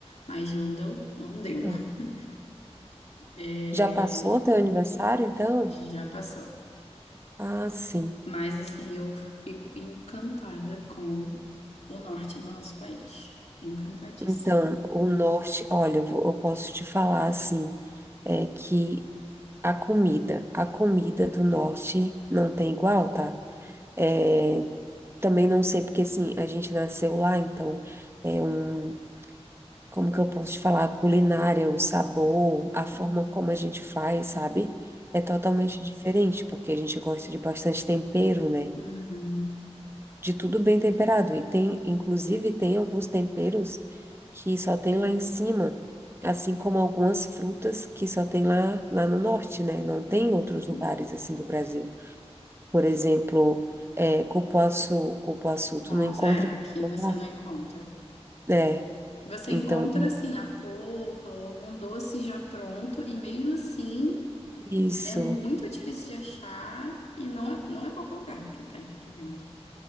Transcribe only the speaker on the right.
Hum.
Já passou teu aniversário, então?
Ah, sim.
Então, o norte, olha, eu, vou- eu posso te falar assim, é que a comida, a comida do norte não tem igual, tá? É, também não sei porque assim, a gente nasceu lá, então é um, como que eu posso te falar, a culinária, o sabor, a forma
como a gente faz, sabe? É totalmente diferente, porque a gente gosta de bastante tempero, né?
de tudo bem temperado. E tem, inclusive, tem alguns temperos que só tem lá em cima, assim como algumas frutas que só tem lá, lá no norte, né? Não tem
em outros lugares assim do Brasil. Por exemplo, é, cupuaçu, cupuaçu,
tu não encontra
em qualquer
lugar.
É,
então,
isso.